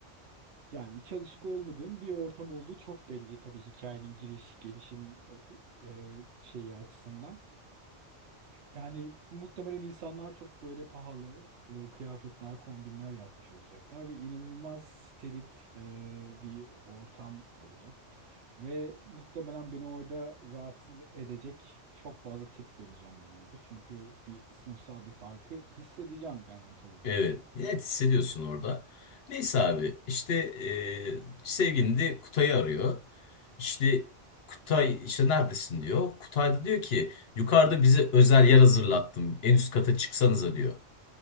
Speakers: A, on the right (about 65°); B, on the left (about 65°).
A: Yani hiç alışık olmadığım bir ortam olduğu çok belli. Tabii hikayenin giriş, gelişim e, şeyi açısından. Yani muhtemelen insanlar çok böyle pahalı e, kıyafetler, kombinler yapmış olacaklar ve inanılmaz steril e, bir ortam olacak. Ve muhtemelen beni orada rahatsız edecek çok fazla tip göreceğim ben orada. Çünkü bir sınıfsal bir farkı hissedeceğim garanti orada
B: Evet.
A: yani.
B: Net hissediyorsun orada. Neyse abi işte e, sevgilin de Kutay'ı arıyor. İşte Kutay işte neredesin diyor. Kutay da diyor ki yukarıda bize özel yer hazırlattım. En üst kata çıksanıza diyor.